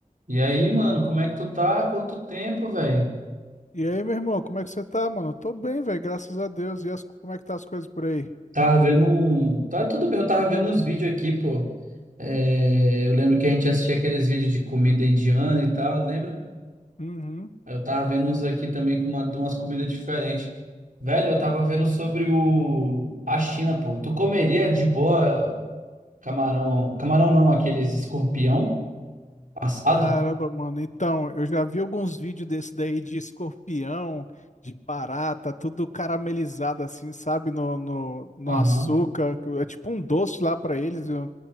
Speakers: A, on the right; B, on the left.
A: E aí, mano, como é que tu tá? Quanto tempo, velho?
B: E aí, meu irmão, como é que você tá, mano? Tô bem, velho, graças a Deus. E as- como é que tá as coisas por aí?
A: Tava vendo. um- Tá tudo bem, eu tava vendo uns vídeos aqui, pô. É, Eu lembro que a gente assistia aqueles vídeos de comida indiana e tal, lembra?
B: Uhum.
A: Aí Eu tava vendo uns aqui também com uma- de umas comidas diferentes. Velho, eu tava vendo sobre o... a China, pô. Tu comeria de boa camarão. Camarão não, aqueles escorpião assado?
B: Caramba, mano. Então, eu já vi alguns vídeos desse daí de escorpião, de barata, tudo caramelizado assim, sabe? No, no, no
A: Aham.
B: açúcar. É tipo um doce lá pra eles. eu-